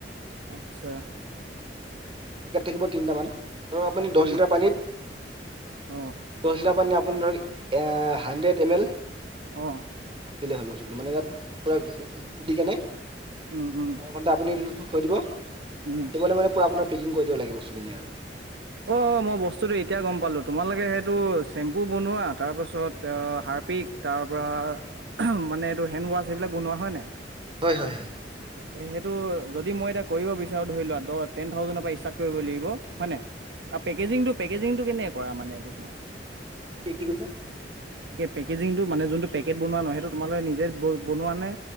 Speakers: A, on the right; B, on the right.
A: আচ্ছা
B: পেকেট থাকিব তিনিটামান ধৰক আপুনি
A: তিন
B: দহ লিটাৰ পানীত
A: অ',
B: দহ লিটাৰ পানীত আপুনি ধৰক এ হানড্ৰেড এম এল
A: অ
B: বলে হল বস্তুটো মানে তাত পুৰা গুটি কেনে
A: উম, উম,
B: বাৰ ঘন্টা আপুনি থৈ দিব
A: উম।
B: ৰাতিপুৱলৈ মানে পূৰা আপোনাৰ পেকিং কৰি দিব লাগে বস্তুখিনি আৰু
A: অ মই বস্তুতটো এতিয়া গম পালো তোমালোকে সেইটো চ্বেম্পু বনোৱা তাৰ পাছত হাৰ্পিক তাৰ পৰা মানে এইটো হেণ্ড ৱাছ এইবিলাক বনোৱা হয় নে
B: হয় হয় হয়
A: এ সেইটো যদি মই এতিয়া কৰিব বিচাৰোঁ ধৰি লোৱা দহ টেন থাউজেণ্ডৰ পৰা ষ্টাৰ্ট কৰিব লাগিব হয়নে পেকেজেকেজিংটো কেনেকে কৰা মানে এইটো তোমাৰ
B: কি কি কৈছা
A: পেকেজিংটো মানে যোনটো পেকেট বনোৱা নহয় সেইটো তোমালে নিজে বনোৱা নে